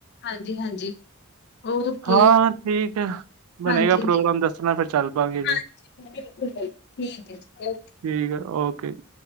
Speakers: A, on the left (about 50°); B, on the right (about 80°).
A: ਹਾਂਜੀ ਹਾਂਜੀ। ਓਕੇ
B: ਹਾਂ ਠੀਕ ਹੈ। ਬਣੇਗਾ
A: ਹਾਂਜੀ ਹਾਂਜੀ
B: ਪ੍ਰੋਗਰਾਮ ਦੱਸਣਾ ਫਿਰ ਚੱਲ ਪਾਾਂਗੇ ਜੀ।
A: ਹਾਂਜੀ ਬਿਲਕੁਲ ਬਿਲਕੁਲ ਠੀਕ ਹੈ ਜੀ ਓਕੇ
B: ਠੀਕ ਹੈ ਓਕੇ ਜੀ।